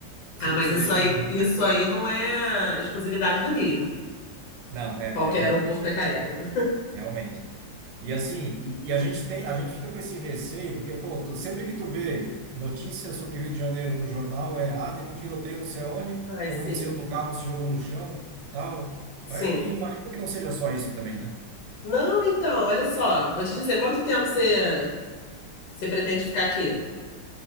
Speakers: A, on the right; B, on the left.
A: você
B: Ah, mas
A: você
B: isso
A: deixa
B: aí,
A: um.
B: isso aí não é exclusividade do Rio, né?
A: Não, é,
B: Qualquer
A: realmente,
B: aeroporto é carérrimo.
A: realmente. E assim, e, e a gente tem, a gente fica com esse receio, porque, pô, tu- sempre que tu vê notícias sobre o Rio de Janeiro no jornal, é, ah, teve um tiroteio não sei aonde,
B: Ai,
A: todo
B: sim,
A: mundo saiu do carro, se jogou no chão, tal.
B: sim.
A: Mas eu imagino que não seja só isso também, né?
B: Não, então, olha só, vou te dizer, quanto tempo você, você pretende ficar aqui?